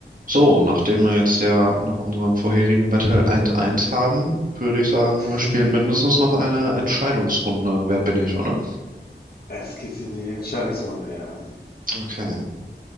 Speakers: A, on the right; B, on the left.
A: So, nachdem wir jetzt ja nach unserem vorherigen Battle 1-1 haben, würde ich sagen, wir spielen
B: Hm,
A: mindestens noch eine Entscheidungsrunde. Wer bin ich, oder?
B: Jetzt geht's in die Entscheidungsrunde, ja.
A: Okay.